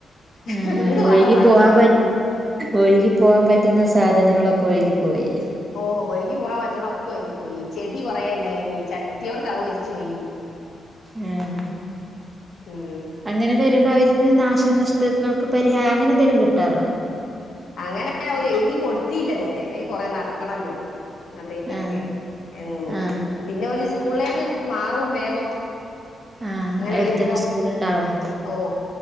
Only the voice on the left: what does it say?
ക്ക് വീട്
മാത്രം ബാക്കിയായി.
ഓഹ് ഒയ്കി പോവാൻ പറ്റ്ണൊക്കെ ഒയ്കി പോയി ചെടി കൊറേണ്ടായിനി ചട്ടിയോട്ക്കെ അത് ഒലിച്ചു പോയി.
ഉം
അങ്ങനെ ഓല് എയ്തി കൊടുത്തില്ല ഇതവരെ അയ്ന് കൊറേ നടക്കണല്ലോ അതെയൊക്കെ
ഉം
പിന്നെ ഓല് സ്കൂൾലേക്ക് മാറും വേഗം.
ഇങ്ങനെ
വരുമ്പോ
ഓഹ്